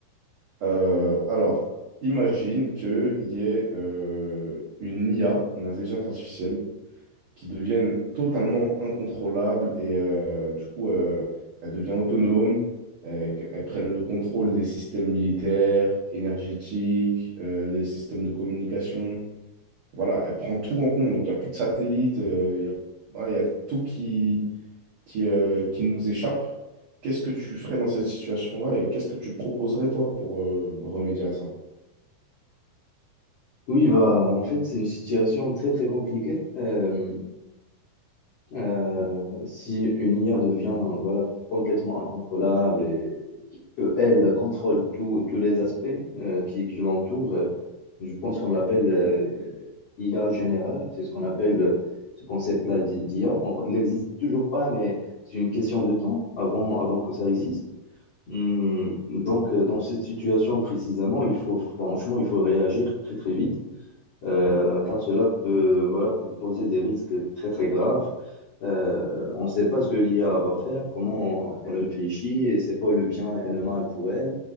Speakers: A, on the right; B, on the left.
A: Euh, alors, imagine qu'il y ait euh, une IA, une intelligence artificielle, qui devienne totalement incontrôlable et euh, du coup, euh, elle devient autonome, euh, qu'elle prenne le contrôle des systèmes militaires, énergétiques, euh, les systèmes de communication. Voilà, elle prend tout en compte. Donc, il n'y a plus de satellites, euh, il y a, voilà, il y a tout qui, qui, euh, qui nous échappe. Qu'est-ce que tu ferais dans cette situation-là et qu'est-ce que tu proposerais, toi, pour euh, remédier à ça?
B: Oui, bah, en fait, c'est une situation très très compliquée. Euh, euh, si une IA devient voilà complètement incontrôlable et qu'elle contrôle tous tous les aspects euh, qui, qui l'entourent, euh, je pense qu'on l'appelle euh, IA générale. C'est ce qu'on appelle euh, ce concept-là d'IA. Il n'existe toujours pas, mais c'est une question de temps avant, avant que ça existe. Hmm, Donc, euh, dans cette situation précisément, il faut franchement, il faut réagir très très vite, euh, car cela peut, voilà, peut poser des risques très très graves. Euh, on ne sait pas ce que l'IA va faire, comment elle réfléchit et c'est quoi le bien et le mal pour elle.